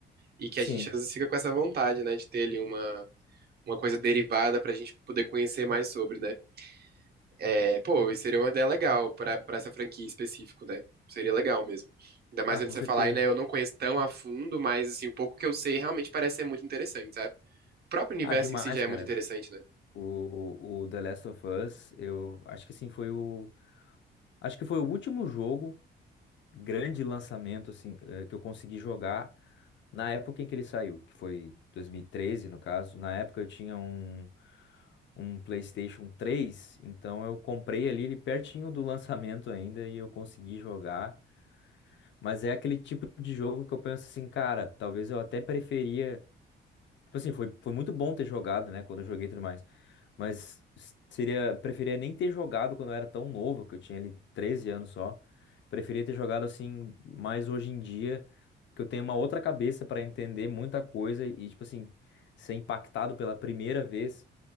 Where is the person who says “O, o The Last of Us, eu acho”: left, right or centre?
Left